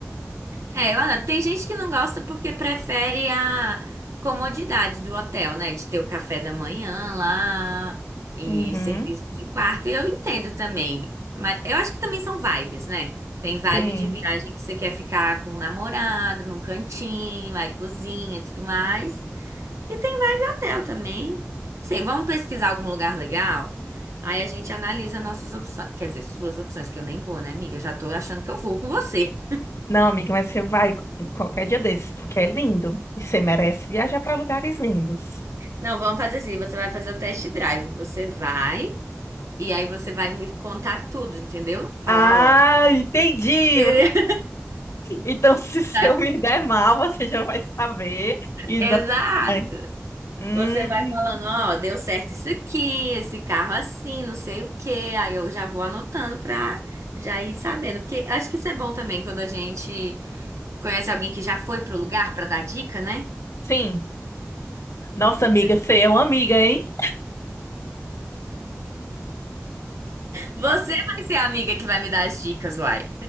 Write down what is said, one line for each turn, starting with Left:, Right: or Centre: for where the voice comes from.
Right: É, eu adoro. Tem gente que não gosta porque prefere a comodidade do hotel, né? De ter o café da manhã lá e
Left: É. Uhum,
Right: serviço de quarto. E eu entendo também. Mas eu acho que também são vibes, né? Tem vibe
Left: sim.
Right: de viagem que você quer ficar com o namorado, num cantinho, aí cozinha e tudo mais. E tem vibe hotel também. Sei, vamos pesquisar algum lugar legal? Aí a gente analisa nossas opções. Quer dizer, suas opções, que eu nem vou, né, amiga? Eu já tô achando que eu vou com você.
Left: Não, amiga, mas você vai qualquer dia desses, porque é lindo. E você merece viajar para lugares lindos.
Right: Não, vamos fazer assim. Você vai fazer o test drive. Você vai, e aí você vai me contar tudo, entendeu? Falar,
Left: Ah,
Right: ó.
Left: entendi!
Right: beleza,
Left: Então, <laughs> se se
Right: <laughs>
Left: eu me der mal, você já vai saber e
Right: Exato.
Left: não vai. Hum,
Right: Você vai falando, ó, deu certo isso aqui, esse carro assim, não sei o quê. Aí eu já vou anotando pra já ir sabendo. Porque acho que isso é bom também quando a gente. Conhece alguém que já foi pro lugar pra dar dica, né?
Left: sim. Nossa, amiga,
Right: Você
Left: você é uma amiga, hein?
Right: você vai ser a amiga que vai me dar as dicas, uai.